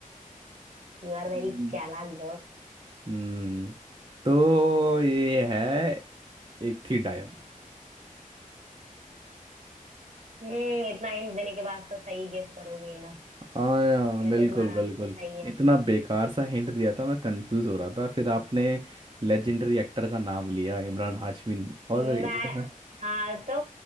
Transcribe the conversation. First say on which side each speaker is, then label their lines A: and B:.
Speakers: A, on the right; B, on the right.
A: यू आर
B: चालाक
A: वेरी चालाक ब्रो
B: हम्म तो ये है एक थी डायन
A: हम्म इतना हिंट देने के बाद तो सही गेस करोगे ही ना
B: हाँ हाँ,
A: वैसे
B: बिल्कुल
A: तुम्हारा
B: बिल्कुल
A: आंसर सही है
B: इतना बेकार सा हिंट दिया था मैं कंफ्यूज हो रहा था फिर आपने लेजेंडरी एक्टर का नाम लिया इमरान हाशमी और
A: मैं
B: इधर-
A: हाँ तो